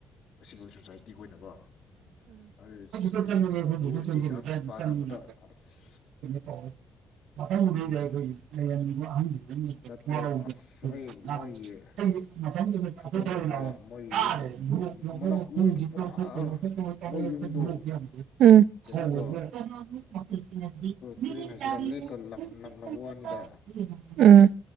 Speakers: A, on the left; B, on the right.
A: ꯁꯤꯚꯤꯜ ꯁꯣꯁꯥꯏꯇꯤ ꯑꯣꯏꯅꯀꯣ ꯑꯗꯨ
B: ꯗ
A: ꯑꯩ
B: ꯆꯪꯦ ꯑꯩꯈꯣꯏ
A: ꯑꯗꯨ
B: ꯗ ꯆꯪꯁꯤꯜꯜꯂꯤꯅꯣ
A: ꯆꯦ ꯆꯥꯡ ꯄꯥꯅꯕꯗ ꯑꯁ
B: ꯇꯧ ꯃꯪꯗ
A: ꯑꯗꯨꯒꯤ
B: ꯑꯩꯈꯣꯏ ꯑꯍ ꯃꯊ <unintelligible>
A: ꯆꯠꯇ꯭ꯔꯦ ꯑꯁ ꯑꯩ ꯃꯣꯏꯒꯤ ꯐꯣꯇꯣꯒꯨꯝꯕ ꯃꯣꯏ ꯌꯨꯝ ꯃꯅꯥꯛ ꯃꯣꯏꯗꯨ ꯄꯨꯔꯥ ꯃꯣꯏ ꯌꯨꯝꯗꯣ ꯀꯩꯅꯣꯒ ꯇꯨꯔꯦꯟ ꯍꯥꯏꯁꯤꯔꯥ ꯂꯦꯛꯀ ꯅꯛꯅꯕ ꯋꯥꯅꯤꯗ
B: <unintelligible> ꯔꯦ ꯎꯝ